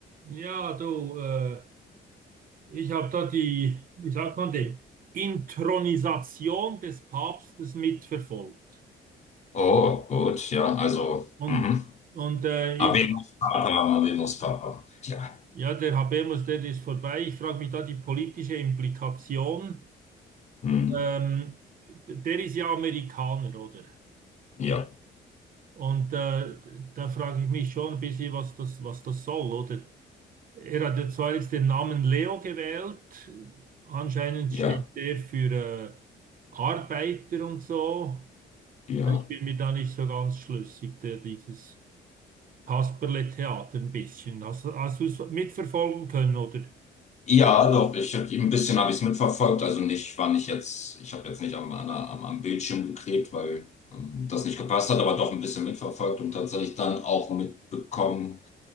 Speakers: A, on the right; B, on the left.
A: Ja, du, äh, ich habe da die, wie sagt man dem, Inthronisation des Papstes mitverfolgt.
B: Oh, gut, ja, also,
A: Und,
B: mhm.
A: und äh, ich,
B: Habemus Papa, Habemus Papa. Ja,
A: ja, der Habemus, der ist vorbei. Ich frage mich da die politische Implikation.
B: hm,
A: Ähm, d- der ist ja Amerikaner, oder?
B: ja,
A: Und äh, da frage ich mich schon ein bisschen, was das, was das soll, oder? Er hat ja zwar jetzt den Namen Leo gewählt, anscheinend
B: ja,
A: steht der für äh, Arbeiter und so.
B: ja.
A: Also Ich bin mir da nicht so ganz schlüssig, der, dieses Kasperle-Theater ein bisschen. Hast, hast du es mitverfolgen können, oder?
B: Ja, doch, ich habe ein bisschen habe ich es mitverfolgt. Also nicht, war nicht jetzt, ich habe jetzt nicht am, an, der- am, am Bildschirm geklebt, weil ähm, das nicht gepasst hat, aber doch ein bisschen mitverfolgt und tatsächlich dann auch mitbekommen,